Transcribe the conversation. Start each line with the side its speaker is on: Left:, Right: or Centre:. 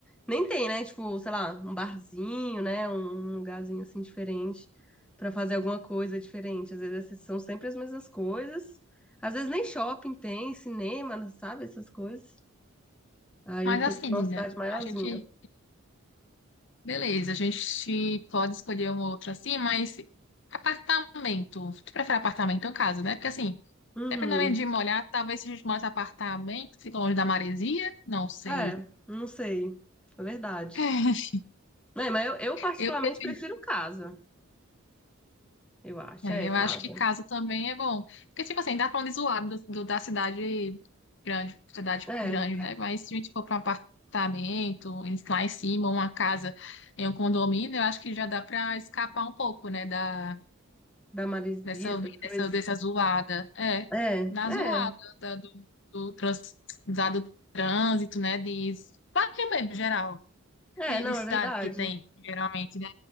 Centre: nem tem, né? Tipo, sei lá, um barzinho, né? Um um lugarzinho assim diferente pra fazer alguma coisa diferente. Às vezes essas são sempre as mesmas coisas. Às vezes nem shopping tem, cinema, sabe? Essas coisas. Aí
Left: Mas
Centre: tem
Left: assim,
Centre: que ser uma
Left: menina,
Centre: cidade maiorzinha.
Left: a gente, beleza, a gente pode escolher uma outra assim, mas apartamento, tu prefere apartamento ou casa, né? Porque assim,
Centre: Uhum.
Left: dependendo de molhar, talvez se a gente morasse em apartamento, fica longe da maresia, não sei.
Centre: É, não sei. É verdade.
Left: <laughs>
Centre: É, mas eu, eu particularmente
Left: Eu prefiro
Centre: prefiro casa, eu acho.
Left: É,
Centre: É, casa.
Left: eu acho que casa também é bom. Porque, tipo assim, dá pra onde zoar do, do- da cidade grande, cidade
Centre: É,
Left: grande, né? Mas se a gente for pra um apartamento, em- lá em cima, uma casa em um condomínio, eu acho que já dá pra escapar um pouco, né? Da,
Centre: da maresia,
Left: dessa,
Centre: essas
Left: vi-
Centre: coisas.
Left: dessa, dessa zoada. É,
Centre: É,
Left: da
Centre: é,
Left: zoada, da- do, do, trans, da- do trânsito, né? De parque mesmo, geral.
Centre: é,
Left: De,
Centre: não,
Left: de cidade
Centre: é verdade.
Left: que tem, geralmente, né?